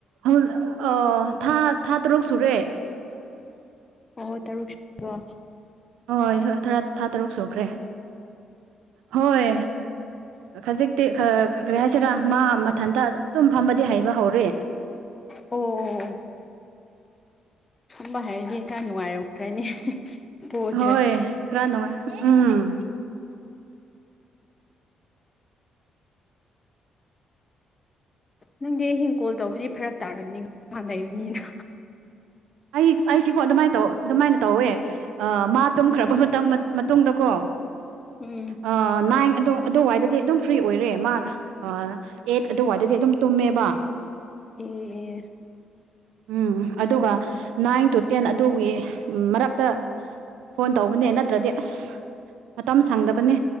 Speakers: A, on the right; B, on the left.
A: ꯍꯧ ꯑꯥ ꯊꯥꯥ ꯊꯥ ꯇꯔꯨꯛ ꯁꯨꯔꯦ
B: ꯑꯣ ꯇꯔꯨꯛꯁꯨꯔꯕꯣ
A: ꯍꯣꯏ <unintelligible> ꯊꯥ ꯇꯔꯨꯛ ꯁꯨꯈ꯭ꯔꯦ ꯍꯣꯏ ꯈꯖꯤꯛꯇꯤ ꯈꯥ ꯀꯔꯤ ꯍꯥꯏꯁꯤꯔꯥ ꯃꯥ ꯃꯊꯟꯇꯥ ꯇꯨꯝ ꯐꯝꯕꯗꯤ ꯍꯩꯕ ꯍꯧꯔꯦ
B: ꯑꯣ ꯑꯣ ꯐꯝꯕ ꯍꯩꯔꯗꯤ ꯈꯔ ꯅꯨꯡꯉꯥꯏꯔꯝꯈ꯭ꯔꯅꯤ ꯄꯣꯗ꯭ꯔꯁꯨ
A: ꯍꯣꯏ ꯈꯔ ꯅꯨꯡꯉꯥꯏ ꯎꯝ
B: ꯅꯪꯗꯤ ꯑꯍꯤꯡ ꯀꯣꯜ ꯇꯧꯕꯗꯤ ꯐꯔꯛ ꯇꯥꯔꯝꯅꯤꯥ ꯑꯉꯥꯡ ꯂꯩꯩꯕꯅꯤꯅ
A: ꯑꯩ ꯑꯩꯁꯤꯀꯣ ꯑꯗꯨꯃꯥꯏꯅ ꯇꯧ ꯑꯗꯨꯃꯥꯏꯅ ꯇꯧꯋꯦ ꯑ ꯃꯥ ꯇꯨꯝꯈ꯭ꯔꯕ
B: ꯑꯗꯨꯅꯦ
A: ꯃꯇꯝ ꯃꯇꯨꯡꯗꯀꯣ
B: ꯎꯝ
A: ꯑ ꯅꯥꯏꯟ ꯑꯗꯣ ꯑꯗꯨꯋꯥꯏꯗꯗꯤ ꯑꯗꯨꯝ ꯐ꯭ꯔꯤ ꯑꯣꯏꯔꯦ ꯃꯥ ꯑꯥ ꯑꯦꯠ ꯑꯗꯨꯋꯥꯏꯗꯗꯤ ꯑꯗꯨꯝ ꯇꯨꯝꯃꯦꯕ
B: ꯑꯦꯑꯦꯑꯦ
A: ꯎꯝ ꯑꯗꯨꯒ ꯅꯥꯏꯟ ꯇꯨ ꯇꯦꯟ ꯑꯗꯨꯒꯤ ꯃꯔꯛꯇ ꯐꯣꯟ ꯇꯧꯕꯅꯦ ꯅꯠꯇ꯭ꯔꯗꯤ ꯑꯁ ꯃꯇꯝ ꯁꯪꯗꯕꯅꯦ